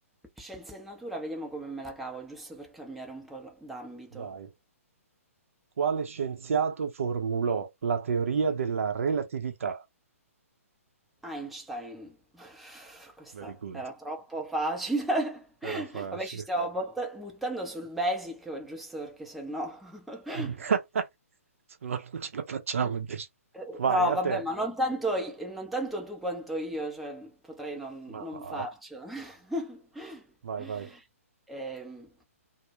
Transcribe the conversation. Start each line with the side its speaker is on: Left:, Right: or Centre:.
Centre: scienze e natura, vediamo come me la cavo, giusto per cambiare un po' d'ambito.
Right: Dai. Quale scienziato formulò la teoria della relatività?
Centre: Einstein. <laughs> Questa
Right: Very good,
Centre: era troppo facile. <laughs>
Right: era facile.
Centre: Vabbè, ci stiamo botta- buttando sul basic, giusto perché se no... <laughs>
Right: <laughs> Se no non ce la facciamo.
Centre: Sì.
Right: dici.
Centre: Eh,
Right: <laughs> Vai,
Centre: No,
Right: a
Centre: vabbè,
Right: te.
Centre: ma non tanto, i- non tanto tu quanto io, cioè potrei non,
Right: Ma
Centre: non
Right: va,
Centre: farcela. <laughs>
Right: Vai, vai.
Centre: Ehm,